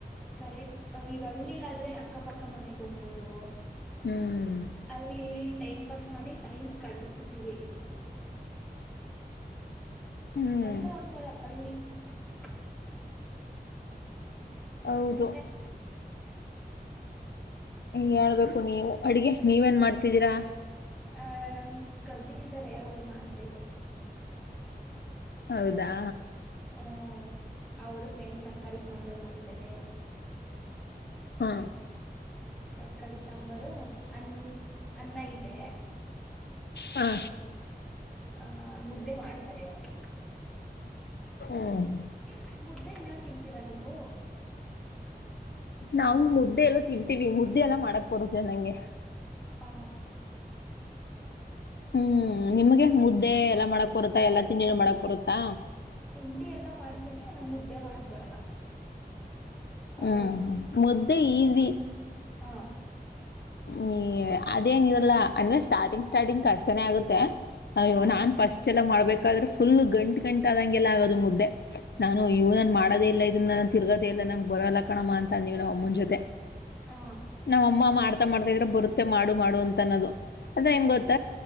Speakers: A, in the centre; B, on the left.
A: ಕರೆಕ್ಟ್ ಈಗ ಹಳ್ಳಿಿಲ್ಲ ಆದ್ರೆ ಅಕ್ಕಪಕ್ಕ ಮನೆಗ್ ಹೋಗ್ಬೋದು
B: ಹ್ಮ್
A: ಅಲ್ಲಿ ಇಲ್ಲಿ ಟೈಮ್ ಪಾಸ್ ಮಾಡಿ ಟೈಮ್ ಕಡ್ದ ಬಿಡ್ತೀವಿ
B: ಹ್ಮ್
A: ಚಂದ ಹೋಗ್ತಾರ ಹಳ್ಳಿ <unintelligible>
B: ಹೌದು
A: ಮತ್ತೆ
B: ಹೇಳ್ಬೇಕು ನೀವು ಅಡ್ಗೆ ನೀವೇನ್ ಮಾಡ್ತೀ ತಿದ್ದೀರಾ
A: ಅಹ ನಮ ಕಜಿನ್ ಇದ್ದಾರೆ ಅವ್ರು ಮಾಡ್ತಾ ಇದ್ದಾರೆ
B: ಹೌದಾ
A: ಹ್ಮ ಅವರು ಸೇಮ ತರಕಾರಿ ಸಾಂಬಾರು ಮಾಡಿದ್ದಾರೆ
B: ಹಾ
A: ತರ್ಕಾರಿ ಸಾಂಬಾರು ಅ ಅನ್ನ ಇದೆ
B: ಹಾ
A: ಆ ಮುದ್ದೆ ಮಾಡ್ತಾರೆ ಅವವರು
B: ಹ್ಮ್
A: ನಿಮ್ ಮುದ್ದೆ ಎಲ್ಲ ತಿಂತೀರಾ ನೀವು
B: ನಾವು ಮುದ್ದೆ ಎಲ್ಲ ತಿನ್ವಿ ಮುದ್ದೆ ಎಲ್ಲ ಮಾಡಕ್ ಬರುತ್ತೆ ನಂಗೆ
A: ಹ
B: ಹ್ಮ್ ನಿಮ್ಗೆ ಮುದ್ದೆ ಎಲ್ಲ ಮಾಡಕ್ ಬರುತ್ತಾ ಎಲ್ಲ ತಿಂಡಿ ಮಾಡಕ್ ಬರುತ್ತಾ
A: ತಿಂಡಿ ಎಲ್ಲ ಮಾಡ ಮುದ್ದೆ ಮಾಡಕ್ ಬರಲ್ಲ ಆ
B: ಹ್ಮ್ ಹ್ಮ್ ಮುದ್ದೆ ಈಸಿ
A: ಹಾ
B: ಹ್ಮ್ ಅದೇನ ಇರಲ್ಲ ಅಂದ್ರೆ ಸ್ಟಾರ್ಟಿಂಗ್ ಸ್ಟಾರ್ಟಿಂಗ್ ಕಷ್ಟನೇ ಆಗುತ್ತೆ ಅ
A: ಆ
B: ನಾನ್ ಫಸ್ಟ್ ಎಲ್ಲ ಮಾಡ್ಬೇಕು ಯಾಾದ್ರೆ ಫುಲ್ ಗಂಟ್ಗಂಟ ಆದಂಗೆಲ್ಲ ಆಗೋದು ಮುದ್ದೆ ನಾನು ಇವ್ ನಾನನ್ ಮಾಡೋದೇ ಇಲ್ಲ ಇದನ್ನ ನ ತಿರುಗೋ ಇಲ್ಲ ನಂಗೆ ಬರಲ್ಲ ಕಣಮ್ಮ ಅಂತ ಅಂದಿವವಿ ನಾ ಅಮ್ಮನ ಜೊತೆ
A: ಆ
B: ನಮ್ಮಮ್ಮ ಮಾಡ್ತ ಮಾಡ್ತಾ ಇದ್ರೆ ಬರುತ್ತೆ ಮಾಡು ಮಾಡು ಅಂತ ಅನ್ನೋದು ಅದ್ರ ಗ ಗೊತ್ತ